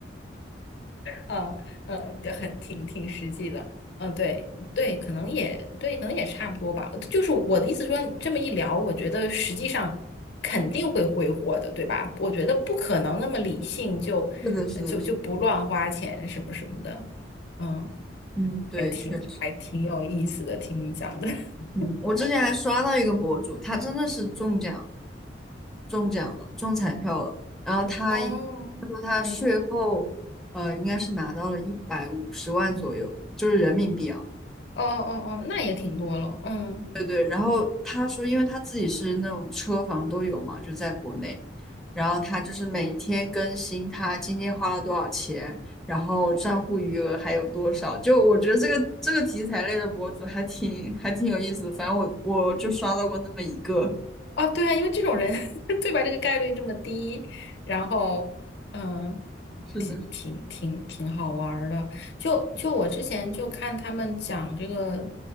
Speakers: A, on the left; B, in the centre.
A: 嗯嗯，对，很挺挺实际的。嗯，对对，可能也对，可能也差不多吧。就是我的意思说，这么一聊，我觉得实际上肯定会挥霍的，对吧？我觉得不可能那么理性就呃就就不乱花钱什么什么的。
B: 是的，是的，是的
A: 嗯，
B: 嗯，对，
A: 还挺还挺有意思的，
B: 确实，
A: 听你讲的。<laughs>
B: 嗯，我之前还刷到一个博主，他真的是中奖，中奖了，中彩票了，然后他应
A: 哦，
B: 说他税后，
A: 嗯，
B: 呃，应该是拿到了一百五十万左右，就是人民币啊。
A: 哦哦哦，那也挺多了。嗯。
B: 对对，然后他说，因为他自己是那种车房都有嘛，就在国内，然后他就是每天更新他今天花了多少钱，然后账户余额还有多少。就我觉得这个这个题材类的博主还挺还挺有意思的，反正我我就刷到过那么一个。
A: 啊，对啊，因为这种人 <laughs> 对吧？这个概率这么低，然后嗯，
B: 是的，
A: 挺挺挺挺好玩儿的。就就我之前就看他们讲这个，